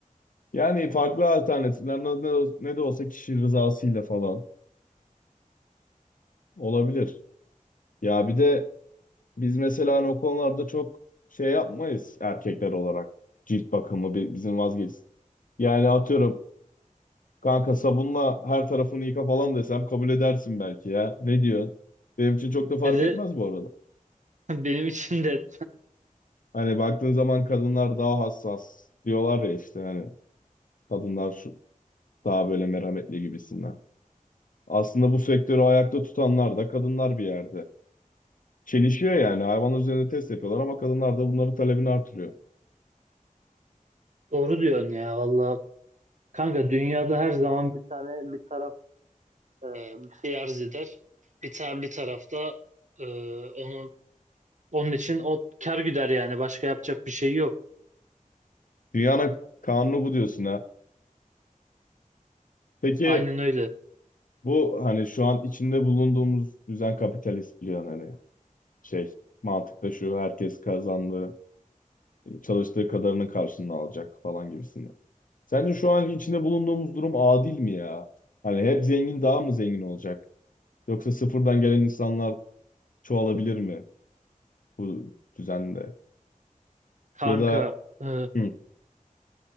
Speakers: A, on the left (about 70°); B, on the right (about 60°).
A: Yani farklı alternatifler ne, ne, ne de olsa kişi rızasıyla falan olabilir. Ya bir de biz mesela hani o konularda çok şey yapmayız erkekler olarak. Cilt bakımı bi- bizim vazgeç. Yani atıyorum kanka sabunla her tarafını yıka falan desem kabul edersin belki ya. Ne diyorsun? Benim için çok da fark
B: dedi
A: etmez bu arada.
B: <laughs> benim için de
A: Hani baktığın zaman kadınlar daha hassas diyorlar ya işte hani kadınlar şu, daha böyle merhametli gibisinden. Aslında bu sektörü ayakta tutanlar da kadınlar bir yerde. Çelişiyor yani. Hayvanlar üzerinde test yapıyorlar ama kadınlar da bunların talebini artırıyor.
B: doğru diyorsun ya valla. Kanka dünyada her zaman bir tane bir taraf e, bir şey arz eder. Bir tane bir tarafta e, onun onun için o kar güder yani başka yapacak bir şey yok.
A: Dünyanın kanunu bu diyorsun ha. Peki
B: Aynen öyle.
A: bu hani şu an içinde bulunduğumuz düzen kapitalist biliyorsun hani şey mantıkta şu herkes kazandığı çalıştığı kadarının karşılığını alacak falan gibisinden. Sence şu anki içinde bulunduğumuz durum adil mi ya? Hani hep zengin daha mı zengin olacak? Yoksa sıfırdan gelen insanlar çoğalabilir mi bu düzende?
B: Kanka
A: Ya da
B: e,
A: hı,